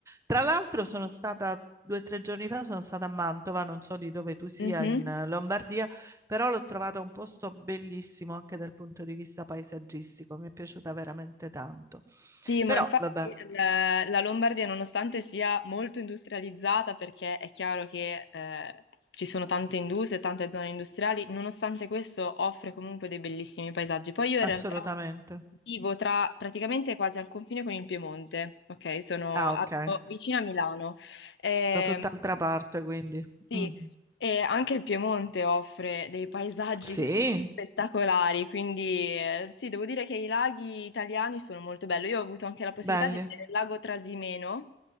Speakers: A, on the right; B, on the left.
A: tra l'altro, sono stata due o tre giorni fa, sono stata a Mantova, non so di dove tu sia
B: Mhm.
A: in eh, Lombardia, però l'ho trovata un posto bellissimo anche dal punto di vista paesaggistico, mi è piaciuta veramente tanto.
B: Sì, ma
A: Però
B: infatti
A: vabbè,
B: eh, la Lombardia, nonostante sia molto industrializzata, perché è chiaro che eh, ci sono tante industrie, tante zone industriali, nonostante questo offre comunque dei bellissimi paesaggi. Poi io in
A: assolutamente.
B: realtà vivo tra, praticamente quasi al confine con il Piemonte, ok? Sono
A: Ah,
B: abito
A: ok.
B: vicino a Milano. Ehm,
A: Da tutt'altra parte, quindi.
B: sì,
A: Mm.
B: e anche il Piemonte offre dei paesaggi
A: Sì,
B: che sono spettacolari, quindi eh, sì, devo dire che i laghi italiani sono molto belli. Io ho avuto anche la possibilità
A: belli.
B: di vedere il lago Trasimeno,